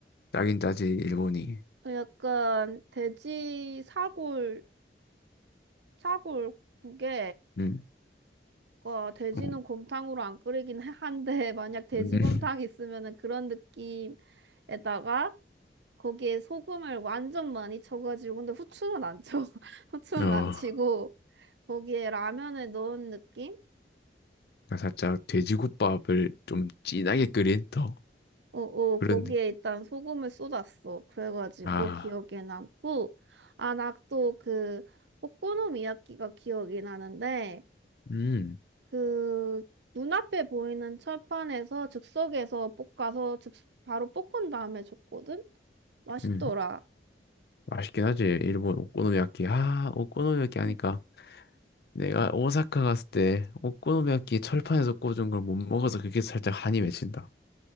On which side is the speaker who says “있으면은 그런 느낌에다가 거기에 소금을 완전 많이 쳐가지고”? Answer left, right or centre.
Right